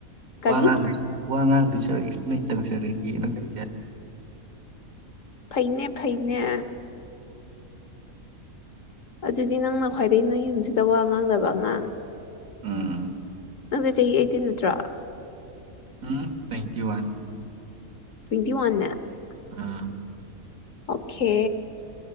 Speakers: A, on the left; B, on the right.
A: ꯀꯔꯤ
B: ꯋꯥ ꯉꯥꯡ ꯋꯥ ꯉꯥꯡ <unintelligible> ꯇꯧꯖꯔꯌꯦꯅ ꯂꯩꯖꯔꯦ
A: ꯐꯩꯅꯦ ꯐꯩꯅꯦ ꯑꯗꯨꯗꯤ ꯅꯪꯅ ꯈ꯭ꯋꯥꯏꯩ ꯅꯣꯏ ꯌꯨꯝꯁꯤꯗ ꯋꯥ ꯉꯥꯡꯗꯕ ꯑꯉꯥꯡ
B: ꯎꯝ
A: ꯅꯪꯗ ꯆꯍꯤ ꯑꯩꯇꯤꯟ ꯅꯠꯇ꯭ꯔꯣ
B: ꯎꯝ ꯇ꯭ꯋꯦꯟꯇꯤ ꯋꯥꯟ
A: ꯇ꯭ꯋꯦꯟꯇꯤ ꯋꯥꯟꯦ <unintelligible>
B: ꯑꯥ
A: ꯑꯣꯀꯦ